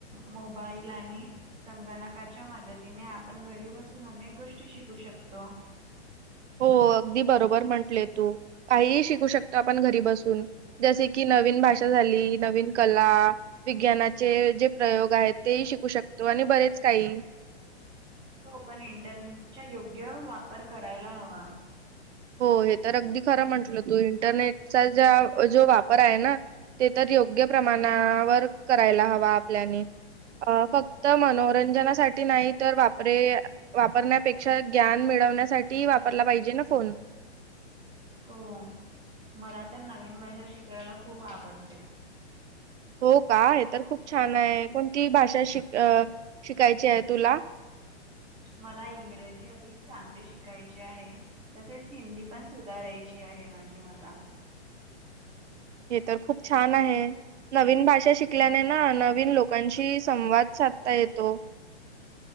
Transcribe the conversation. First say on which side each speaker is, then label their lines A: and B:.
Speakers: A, on the right; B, on the right.
A: मोबाईल आणि संगणकाच्या मदतीने आपण घरी बसून अनेक गोष्टी शिकू शकतो
B: हो अगदी बरोबर म्हंटले तू काहीही शिकू शकत आपण घरी बसून जसे की न नवीन भाषा झाली नवीन कला विज्ञानाचे जे प्रयोग आहेत तेही शिकू शकतो आणि बरेच काही
A: हो पण इंटरनेटचा योग्य वापर करायला हवा
B: हो हे तर अगदी खरं म्हंटलं तू इंटरनेटचा ज्या जो वापर आहे ना ते तर योग्य प्रमाणावर करायला हवा आपल्याने अ फक्त मनोरंजनासाठी नाही तर वापरे वापरण्यापेक्षा ज्ञान मिळवण्यासाठी वापरला पाहिजे ना फोन
A: हो मला तर नवीन <unintelligible> शिकायला खूप आवडते
B: हो का हे तर खूप छान आहे कोणती भाषा शिक शिकायची आहे तुला
A: मला इंग्रजी अधिक चांगली शिकायची आहे तसेच हिंदी पण सुधारायची आहे माझी मला
B: हे तर खूप छान आहे नवीन भाषा शिक शिकल्याने ना नवीन लोकांशी संवाद साधता येतो